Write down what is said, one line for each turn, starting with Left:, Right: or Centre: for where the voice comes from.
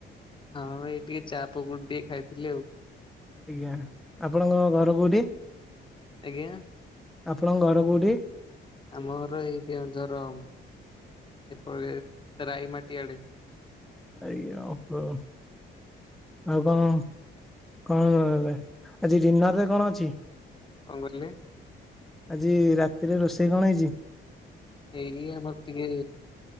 Left: ହଁ ଏଇ ଟିକେ ଚା ପକୁଡି ଟିକେ ଖାଇଥିଲି ଆଉ।
Centre: ଆଜ୍ଞା ଆପଣଙ୍କ ଘର କୋଉଠି,
Left: ଆଜ୍ଞା
Centre: ଆପଣଙ୍କ ଘର କୋଉଠି?
Left: ଆମ ଘର ଏଇ କେଉଁଝର, ଏଇ ରାଇ ମାଟି ଆଡେ।
Centre: ଆଜ୍ଞା ଓଃ। ଆଉ କଣ କଣ ଆଜି ଡିନର୍ ରେ କଣ ଅଛି?
Left: କଣ କରିଲେ?
Centre: ଆଜି ରାତିରେ ରୋଷେଇ କଣ ହେଇଚି?
Left: ଏଇ ଆମର ଟିକେ